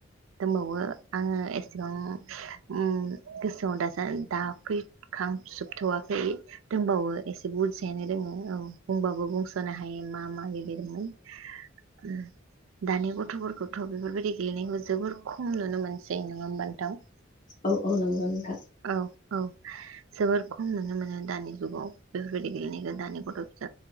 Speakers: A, on the right; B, on the left.
A: दंबावो आंङो <unintelligible> <unintelligible> ओम गोसोआव दासो दा फैखांजोबथ'वाखै। दंबावो एसे बुरजायानो दोङो औ बुंबाबो बुंस सनो हायै मा मा। <unintelligible> उम दानि गथ'फोरखौथ' बेफोरबायदि गेलेनायखौ जोबोर खम नुनो मोनसै नङा होमबा नोंथां?
B: औ औ नंगौ नोंथा।
A: औ औ जोबोर खम नुनो मोनो दानि <unintelligible> बेफोरबायदि गेलेनायखौ दानि गथ'